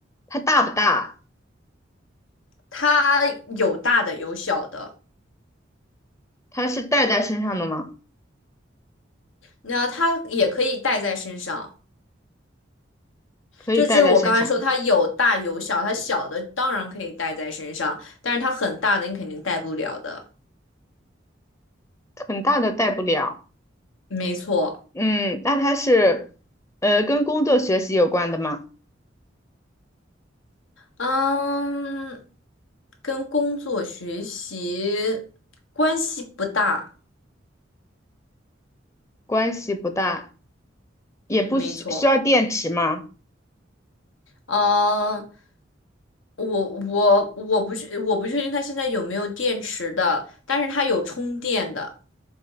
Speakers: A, on the left (about 15°); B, on the left (about 85°).
A: 它大不大？
B: 它有大的有小的，
A: 它是带在身上的吗？
B: 那它也可以带在身上。
A: 可以带在身上，
B: 就就是我刚才说，它有大有小，它小的当然可以带在身上，但是它很大的你肯定带不了的。
A: 很大的带不了。
B: 没错，
A: 嗯，那它是，呃，跟工作学习有关的吗？
B: 嗯，跟工作学习关系不大，
A: 关系不大，也不需需要电池吗？
B: 没错，嗯，我我我不确我不确定它现在有没有电池的，但是它有充电的，